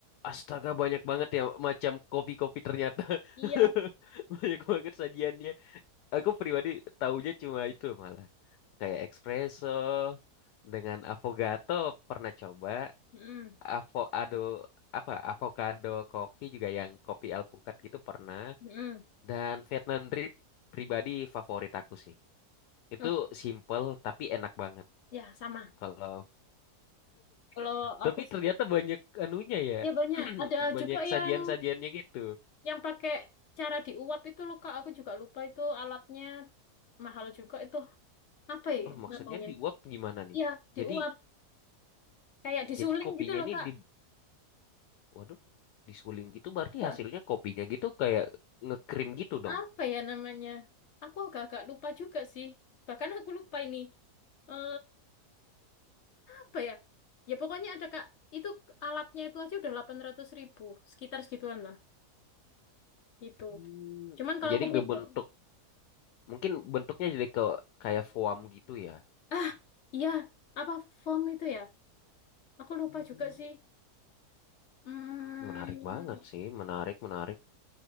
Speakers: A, on the left; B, on the left.
A: Astaga banyak banget ya macam kopi-kopi ternyata.
B: Iya,
A: <laughs> Banyak banget sajiannya. Aku pribadi taunya cuma itu malah. kayak espresso dengan affogato pernah coba
B: Mm-mm,
A: avocado apa avocado coffee juga yang kopi alpukat gitu pernah
B: mm-mm.
A: dan Vietnam drip pribadi favorit aku sih itu
B: Oh,
A: simple tapi enak banget
B: ya sama.
A: kalau
B: Kalau aku
A: tapi ternyata banyak anunya ya
B: ya banyak.
A: <clears throat>
B: Ada
A: banyak
B: juga
A: sajian-sajiannya
B: yang
A: gitu
B: yang pakai cara diuap itu loh Kak. Aku juga lupa itu alatnya mahal juga itu apa ya
A: oh maksudnya
B: namanya?
A: diuap gimana nih
B: Iya diuap
A: jadi
B: kayak disuling
A: jadi kopinya
B: gitu loh
A: ini
B: Kak.
A: di waduh disuling gitu berarti
B: Eh,
A: hasilnya kopinya gitu kayak ngekrim gitu dong
B: Apa ya namanya? Aku agak-agak lupa juga sih. Bahkan aku lupa ini. Eh apa ya? Ya pokoknya ada Kak. Itu alatnya itu aja udah 800.000 ribu ribu sekitar segituan lah. Itu.
A: Hmm,
B: Cuman kalau
A: Jadi
B: aku
A: ngebentuk,
B: pribadi
A: mungkin bentuknya jadi ke kayak foam gitu ya.
B: Ah, iya, apa form itu ya? Aku lupa
A: Hmm,
B: juga sih. Hmm,
A: Menarik banget sih, menarik, menarik.